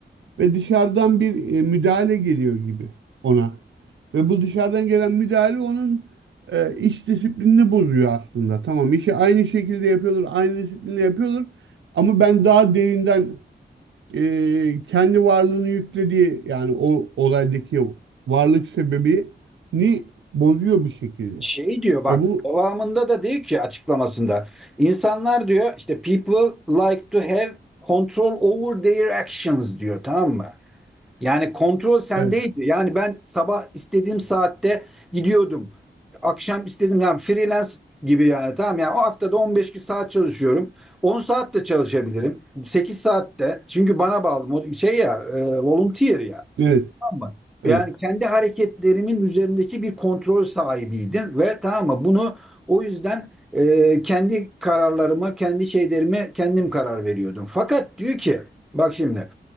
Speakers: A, on the right; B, in the centre.
A: ve dışarıdan bir e, müdahale geliyor gibi ona. Ve bu dışarıdan gelen müdahale onun e, iş disiplinini bozuyor aslında. Tamam işi aynı şekilde yapıyordur, aynı disiplinle yapıyordur ama ben daha derinden e, kendi varlığını yüklediği yani o olaydaki o varlık sebebini bozuyor bir şekilde.
B: şey diyor bak
A: Ve bu
B: devamında da diyor ki açıklamasında insanlar diyor işte people like to have control over their actions diyor tamam mı? Yani kontrol sendeydi.
A: evet,
B: Yani ben sabah istediğim saatte gidiyordum. Akşam istediğim yani freelance gibi yani tamam yani o haftada 15 gün saat çalışıyorum. 10 saat de çalışabilirim. 8 saat de. Çünkü bana bağlı. Mod- Şey ya, e, volunteer ya.
A: evet,
B: Tamam mı?
A: evet,
B: Yani kendi hareketlerimin üzerindeki bir kontrol sahibiydim ve tamam mı? Bunu o yüzden e, kendi kararlarıma, kendi şeylerime kendim karar veriyordum. Fakat diyor ki bak şimdi